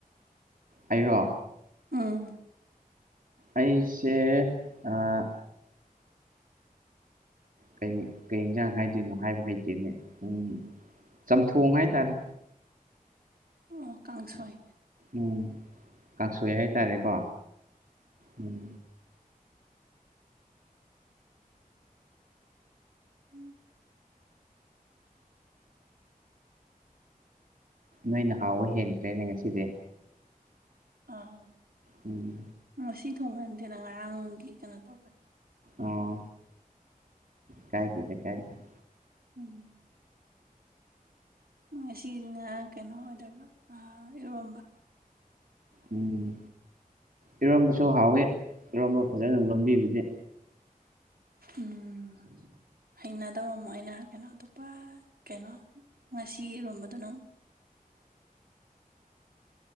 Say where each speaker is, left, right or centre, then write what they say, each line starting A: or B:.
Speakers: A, on the right; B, on the right.
A: ꯑꯩꯔꯣ
B: ꯎꯝ
A: ꯑꯩꯁꯦ ꯑꯥ ꯀꯩ ꯀꯩ ꯌꯦꯟꯁꯥꯡ ꯍꯥꯏꯗꯣꯏꯅꯣ ꯍꯥꯏꯕ ꯍꯩꯇꯦꯅꯦ ꯎꯝ ꯆꯝꯊꯣꯡ ꯍꯥꯏꯇꯥꯔꯦ
B: ꯑꯣ ꯀꯥꯡꯁꯣꯏ
A: ꯎꯝ ꯀꯥꯡꯁꯣꯏ ꯍꯥꯏꯇꯥꯔꯦꯀꯣ ꯎꯝ
B: ꯎꯝ
A: ꯅꯣꯏꯅ ꯍꯥꯎꯕ ꯍꯦꯟꯈ꯭ꯔꯦꯅꯦ ꯉꯁꯤꯗꯤ
B: ꯑꯥ
A: ꯎꯝ
B: ꯉꯁꯤ ꯊꯨꯡꯍꯟꯗꯦꯅ ꯉꯔꯥꯡꯒꯤ ꯀꯩꯅꯣ ꯇꯧꯕꯅꯤ
A: ꯑꯥ ꯀꯥꯢꯗꯦꯗ ꯀꯥꯢꯗꯦꯗ
B: ꯎꯝ ꯉꯁꯤꯅ ꯀꯩꯅꯣ ꯑꯣꯏꯗꯣꯏꯕ ꯏꯔꯣꯝꯕ
A: ꯎꯝ ꯏꯔꯣꯝꯕꯁꯨ ꯍꯥꯎꯋꯤ ꯏꯔꯣꯝꯕ ꯐꯖꯅ ꯂꯣꯝꯕꯤꯕꯒꯤ
B: ꯎꯝ ꯍꯩꯅꯗꯕ ꯃꯣꯢꯅ ꯀꯩꯅꯣ ꯑꯇꯣꯞꯄ ꯀꯩꯅꯣ ꯉꯁꯤ ꯏꯔꯣꯝꯕꯗꯣ ꯅꯪ <inaudible>